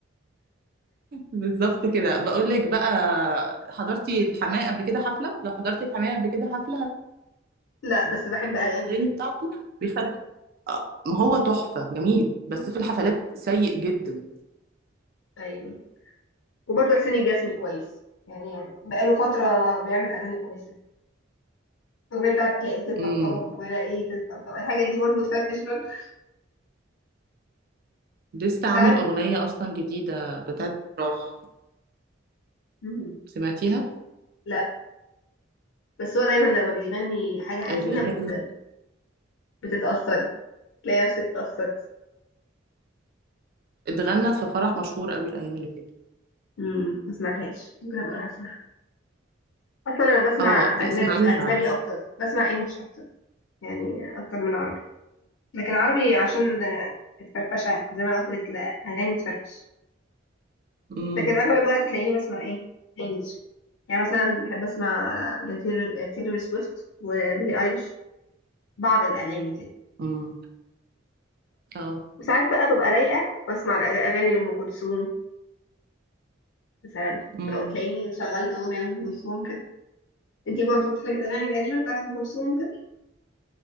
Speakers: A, on the right; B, on the left.
A: بالظبط كده بقول لك بقى حضرتي الحماية قبل كده حفلة لو حضرتي الحماية قبل كده حفلة
B: لا بس بحب اغاني
A: الأغاني بتاعته بيخلي آه، ما هو تحفة جميل بس
B: <laughs>
A: في الحفلات سيء جدا
B: ايوه وبرضه حسين الجسمي كويس يعني بقاله فتره بيعمل اغاني كويسه الاغنيه بتاعت لقيت الطبطبه
A: امم
B: ولقيت الطبطبه الحاجات دي برضه تفرفش برضه
A: لسه
B: وساعات
A: عامل أغنية
B: <laughs>
A: أصلا جديدة بتاعت راح
B: مم.
A: سمعتيها
B: لا بس هو دايما لما بيغني حاجه حزينه
A: اللي
B: بت... بتتاثري تلاقي نفسك اتاثرتي
A: اتغنت في فرح مشهور قوي الايام اللي فاتت
B: مم، ما سمعتهاش ممكن ابقى اروح اصلا انا بسمع
A: اه بيسمعيها
B: اجنبي اجنبي اكتر بسمع انجليش اكتر يعني اكتر من عربي لكن عربي عشان آه، الفرفشه زي ما أنا قلت لك كده اغاني تفرفش
A: امم
B: لكن اغلب الوقت تلاقيني بسمع ايه انجليش يعني مثلا بحب اسمع لتير- تيلور سويفت وبيلي ايليش بعض الاغاني كده
A: امم اه
B: وساعات بقى ببقى رايقه بسمع الأغ- اغاني لام كلثوم مثلا
A: امم
B: أو تلاقيني شغلت اغنيه لام كلثوم كده انتي برضو بتحبي الاغاني القديمه بتاعت ام كلثوم وكده